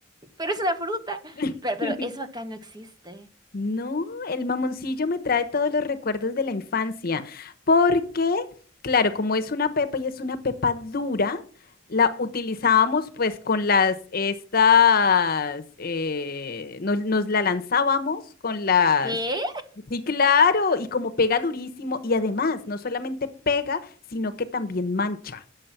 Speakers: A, on the right; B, on the left.
A: pero es una fruta,
B: <laughs>
A: pero, pero eso acá no existe.
B: No, el mamoncillo me trae todos los recuerdos de la infancia, porque, claro, como es una pepa y es una pepa dura, la utilizábamos pues con las, estas, eh, nos, nos la lanzábamos con las...
A: ¿Qué?
B: Sí, claro, y como pega durísimo, y además no solamente pega, sino que también mancha.